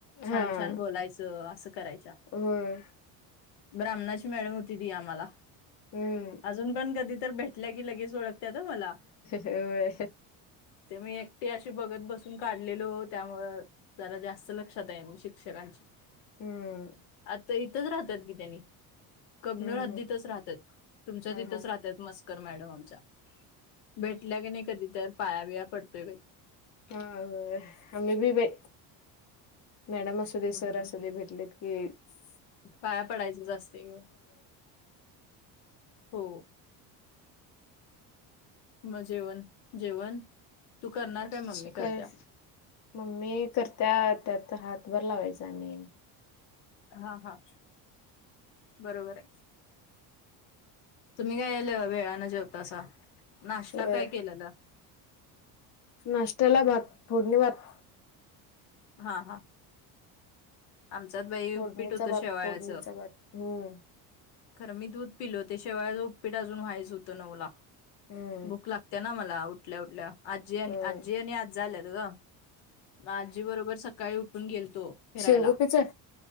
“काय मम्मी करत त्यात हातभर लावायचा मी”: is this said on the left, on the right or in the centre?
Left